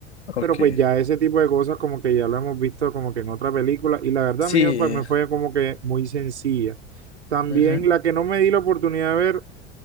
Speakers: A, on the left; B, on the right.
A: Ok.
B: Pero pues ya ese tipo de cosas como que ya lo hemos visto como que en otra película y la verdad
A: Sí.
B: a mí pues, me fue como que muy sencilla. También
A: ujú.
B: la que no me di la oportunidad de ver